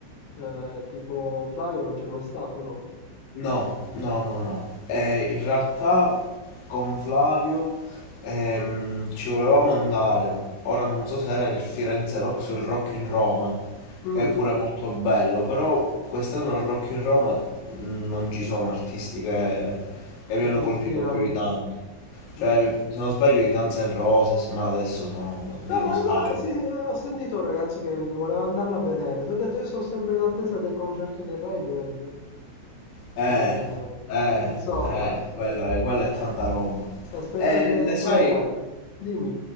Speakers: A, on the left; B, on the left.
A: eh, tipo Flavio non c'è mai stato, no?
B: No, no, no, no. Eh, in realtà con Flavio ehm, ci volevamo andare. Ora non so se era il Firenze Rocks o il Rock in Roma,
A: Mm,
B: che è pure molto bello, però quest'anno al Rock in Roma mh, non ci sono artisti che, che
A: che
B: mi hanno
A: ti
B: colpito
A: ispirano.
B: più di tanto. Cioè,
A: Mm.
B: se non sbaglio i Guns N' Roses, ma adesso sono dinosauri.
A: No, ma no, eh, sì, sì, ho sentito un ragazzo che voleva andarlo a vedere. Ti ho detto, io sono sempre in attesa del concerto del Radiohead.
B: Eh,
A: Eh,
B: eh,
A: insomma,
B: eh,
A: <laughs>
B: quella è, quella è tanta roba.
A: aspetto
B: E
A: che
B: ne
A: escono
B: sai...
A: le date. Dimmi.